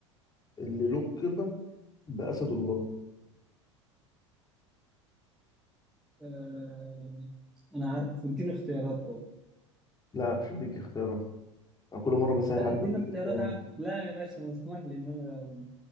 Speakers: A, on the left; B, in the centre.
A: اللي لقب بأسد الله
B: آه... انا عارف اديني اختيارات طب
A: لا مش هديك اختيارات انا كل مره بسهل
B: لا
A: عليك
B: اديني
A: بديك
B: اختيارات
A: اختيارات
B: عاد لا يا باشا مسموح لي ان انا اقول